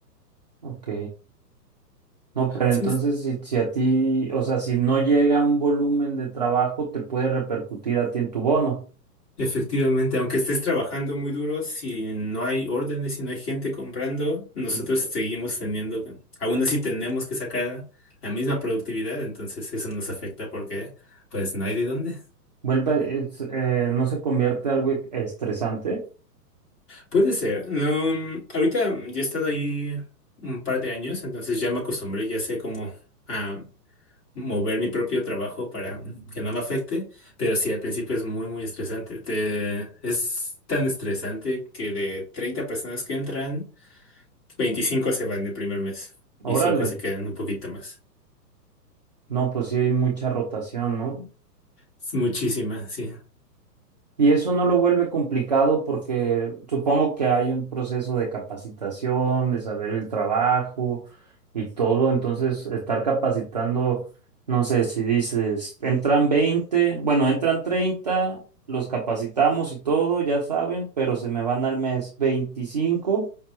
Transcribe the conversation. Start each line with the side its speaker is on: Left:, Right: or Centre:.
Right: Ok. No, pero
Left: Sí,
Right: entonces si, si a ti, o sea, si no llega un volumen de trabajo, te puede repercutir a ti en tu bono.
Left: Efectivamente, aunque estés trabajando muy duro, si no hay órdenes, si no hay gente comprando, nosotros
Right: Y
Left: seguimos teniendo, aún así tenemos que sacar la misma productividad, entonces eso nos afecta porque pues no hay de dónde.
Right: vuelve, es, eh, no se convierte algo estresante.
Left: Puede ser. No, mm, ahorita yo he estado ahí un par de años, entonces ya me acostumbré, ya sé cómo a mover mi propio trabajo para que no me afecte, pero sí, al principio es muy, muy estresante. Te- es tan estresante que de 30 personas que entran, Veinticinco se van el primer mes
Right: Órale.
Left: y 5 se quedan un poquito más.
Right: No, pues sí hay mucha rotación, ¿no?
Left: Es muchísima, sí.
Right: Y eso no lo vuelve complicado porque supongo que hay un proceso de capacitación, de saber el trabajo y todo. Entonces, estar capacitando, no sé si dices, entran 20 bueno, entran 30 los capacitamos y todo, ya saben, pero se me van al mes veinticinco